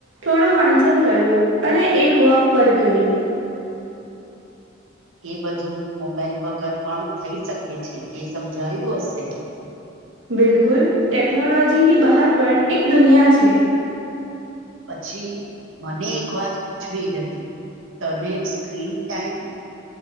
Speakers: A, on the right (about 70°); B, on the right (about 80°).
A: થોડું વાંચન કર્યું અને એક વોક પર ગઈ.
B: એ બધું મોબાઈલ વગર પણ થઈ શકે છે એ સમજાયું હશે.
A: બિલકુલ ટેક્નોલોજીની બહાર પણ એક દુનિયા છે.
B: પછી મને એક વાત પૂછવી હતી. તને સ્ક્રીન્ટીમએ